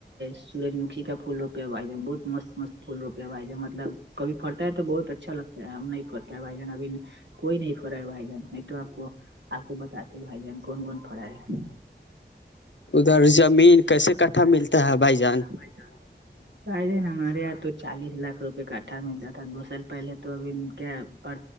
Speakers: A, on the right (about 75°); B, on the left (about 75°).
A: سورج مکھی کا پھول روپے با ہے بہت مست مست فھول روپے ہے مطلب کبھی پڑتا ہے تو بہت اچھا لگتا ہے ہم نہیں پڑتا ہے بھائی جان ابھی- کوئی نہیں فرا ہے بھائی جان نہیں تو آپ کو- آپ کو بتاتے بھائی جان کون کون پڑا ہے-
B: ادھر زمین کیسے- کٹھا
A: کیسے کتا
B: ہے
A: ملتا
B: بھائی جان
A: ہے بھ جان <inaudible> بھائی جان نا ہمارے یہاں تو چالیس لاکھ روپئے کٹھا ملتا تھا دو سال پہلے تو ابھی کیا اور